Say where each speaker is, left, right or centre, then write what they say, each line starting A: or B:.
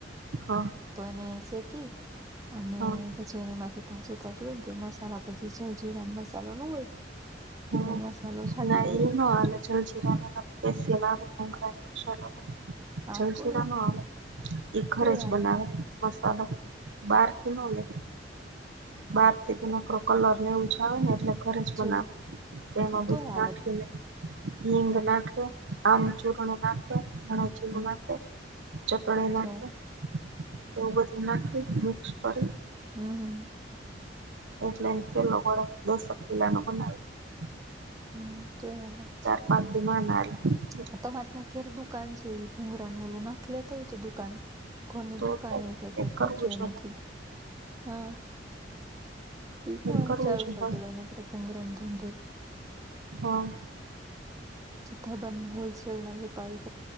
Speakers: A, on the right; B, on the right.
A: હા
B: તો એને શેકી અને-
A: હા
B: જે માટે તાજા તાજ હોય ને તે મસાલા પછી જલજીરામ મસાલો ન હોય-
A: હમ
B: એવો મસાલો છાંટી
A: ના
B: દેવાય
A: એમાં હ- <unintelligible>
B: આ
A: જલસુરા
B: તો
A: ન એ ઘર
B: તોય
A: જ
B: હાલે
A: બનાવે- મસાલો બાર ક નવલે- બારથી તે નો- કલર નેવછ આવે ને એટલે ઘરે જ બનાવે
B: છે
A: તો એમાં
B: તોય
A: બધું
B: હાલે
A: નાખીને-
B: પણ
A: હીંગ નાખે આમ ચૂર્ણ નાખે ધાણાજીવ
B: તમારે
A: નાખે- ચટણી નાખી
B: ત્યાં
A: એવું બધું નાખી મિક્સ કરી-
B: હમ હ
A: એટલેેલોડ દસક પિલા ન બનાવી લે-
B: હમ તો-
A: પાધ્યમાંના-
B: હું તો તમારે ત્યાં કેર દુકાન છે. ભુંગરાનું ઓલું નાખી લેતો હોય તો દુકાન ઘરની
A: તો
B: દુકાન
A: થાય
B: એ છે કઈ ખર્ચો
A: કરવું જોઈએ
B: એ નથી. હા એ તો વા
A: કરવું
B: ચારું
A: છે
B: કર
A: હ
B: દેવા ની એમ ભૂગરા ધ
A: હા.
B: ખબર નય હોલસેલ ના વેપારી